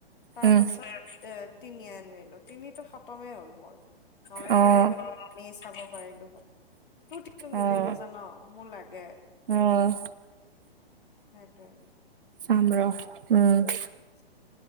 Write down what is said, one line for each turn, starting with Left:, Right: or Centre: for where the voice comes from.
Left: তাৰ
Right: উম,
Left: পাছত এ তিনি আনিলো, তিনিতো খতমেই হ'ল মোৰ। হয়
Right: অ',
Left: টিনিটো আমি চাব পাৰিলো হয়। তোৰ টিতো মিলিব
Right: অ',
Left: জান মোৰ লাগে।
Right: অ',
Left: সেইটোৱেই।
Right: চাম ৰ, উম।
Left: <unintelligible>